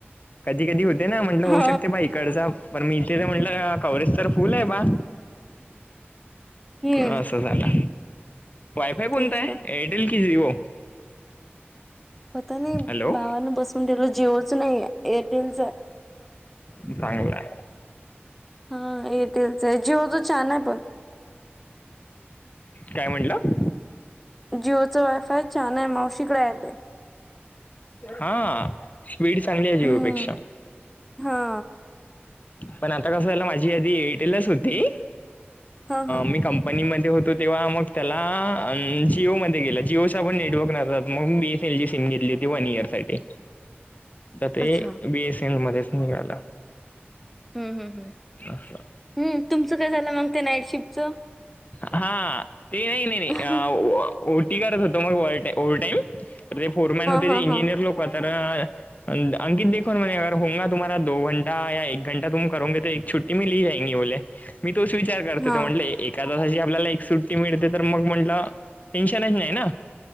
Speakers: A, on the left (about 40°); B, in the centre.
A: कधी कधी होते ना म्हंटलं
B: हा
A: होऊ शकते बाई ईकडच पण मी इथे तर म्हटलं कवरेज तर फुल आहे बा
B: हम्म
A: असं झाला हेय कोणता
B: तेच
A: आहे
B: ना
A: एअरटेल की जिवो
B: पता नाही
A: हॅलो
B: भावान बसून दिलं जिओच नाही एरटेलचा
A: चांगलं
B: हा येटेलच आहे जिओच छान आहे पण
A: काय म्हटलं
B: जिओचं वायफाय छान आहे मावशीकडे आहे ते
A: हा स्पीड चांगली आहे
B: हम्म
A: जीओ पेक्षा
B: हा
A: पण आता कस झा माझी आ एटेलच होती
B: हा हा
A: मीं कंपनीमध्ये होतो तेव्हा मग त्याला जिओमध्ये गेला जिओचा पण नेटवर्क मग बेस एल सिम घेतली होती वन इयर साठी तर ते
B: अच्छा
A: बीएस ए एल मध्येच निळाला
B: हम्म हम् हम्
A: असा
B: हम् तुमचं काय झालं मग ते नाईट शिफ्टचं
A: हा ते नाही नाही नाही
B: हा
A: अ ओ टी करत होत मग ओव्हर टाईम तर ते फोरमॅन होते
B: हा
A: जे इंजिनियर
B: हा
A: लोक तर अंकित देखो यार होंगा तुम्हाारा द घंटा या एक घंटा तुम करोगे तर एक छुट्टी त मी लिहि जाईन बले मी तोच विचार करतो
B: हा
A: ते म्हटले एका तासाची आपल्याला एक सुट्टी मिळते तर मग म्हंटलं टेन्शनच नाही ना